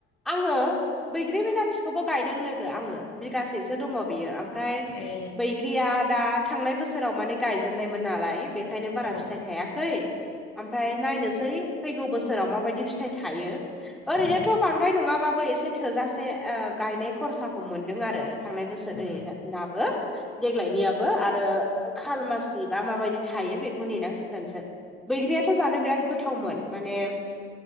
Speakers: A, in the centre; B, on the left.
A: आङो बैग्रि बिलाथिखौबो गायदों लोगो आङो बिगासेसो दङ बियो ओमफ्राय
B: ए
A: बैग्रिया दा थांनाय बोसोराव माने गायजेननायमोन नालाय बेखायनो बारा
B: औ
A: फिसाय थायाखै ओमफ्राय नायनोसै फैगौ बोसोराव माबायदि फिथाइ थायो ओरैनोथ'
B: औ
A: बांद्राय नङाबाबो एसे थोजासे ओ गायनाय खरसाखौ मोनदों आरो थांनाय बोसोरैनाबो
B: उम
A: देग्लायनियाबो आरो खालमासि बा माबायदि थायो बेखौ नेनांसिगोनसो बैग्रियाथ' जानो बिराद गोथावमोन माने